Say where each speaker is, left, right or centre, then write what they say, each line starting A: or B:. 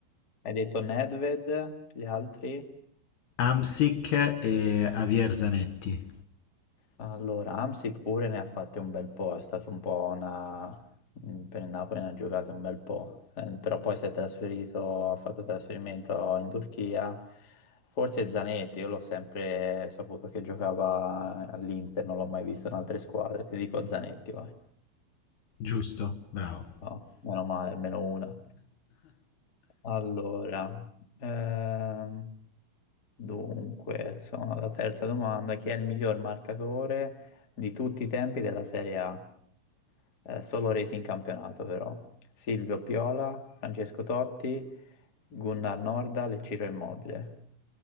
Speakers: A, on the left; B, on the left.
A: Hai detto Nedved, gli altri?
B: Hamsik e Javier Zanetti,
A: Allora, Amsic pure ne ha fatte un bel po', è stato un po' una... per il Napoli ne ha giocate un bel po', eh, però poi si è trasferito, ha fatto trasferimento in Turchia, forse Zanetti, io l'ho sempre saputo che giocava all'Inter, non l'ho mai visto in altre squadre, ti dico Zanetti, vai.
B: giusto, bravo.
A: No, meno male, almeno una. Allora, ehm, Dunque, sono alla terza domanda. Chi è il miglior marcatore di tutti i tempi della Serie A? Eh, solo reti in campionato, però. Silvio Piola, Francesco Totti, Gunnar Norda e Ciro Immobile.